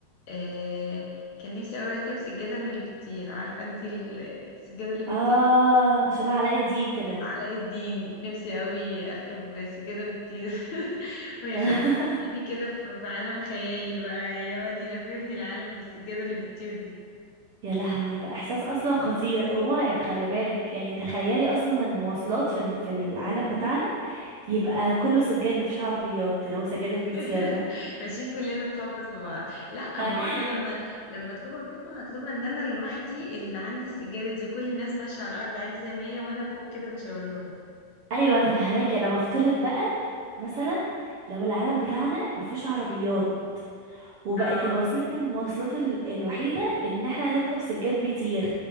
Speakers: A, on the left (about 65°); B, on the right (about 65°).
A: آه كان نفسي أوي أركب سجادة من اللي بتطير عارفة انتي ال- السجادة اللي بتطير
B: اه شبه علاء الدين كده
A: علاء الدين نفسي أوي أركب سجادة بتطير <laughs> وياخدني
B: <laughs>
A: يوديني كده في في عالم خيالي بقى يقعد يلففني العالم بالسجادة اللي بتطير دي
B: يا لهوي ده احساس اصلا خطير ومرعب خلي بالك يعني تخيلي اصلا المواصلات في في العالم بتاعنا يبقى كله سجاد مفيش عربيات اللي هو سجاد البيتيا
A: <laughs>
B: ده
A: ماشيين كلنا نخبط في بعض لا
B: <laughs>
A: ما هو أنا لما لما أطلبها منه هطلبها إن أنا لوحدي اللي عندي السجادة دي وكل الناس ماشية على الأرض عادي زي ما هي وأنا فوق كده بشاور لهم
B: ايوه انا فهماكي انا بفترض بقى مثلا لو العالم بتاعنا ما فيهوش عربيات وبقت
A: اه
B: الوسيله المواصلات ال- الوحيده ان احنا نركب سجاد بيطير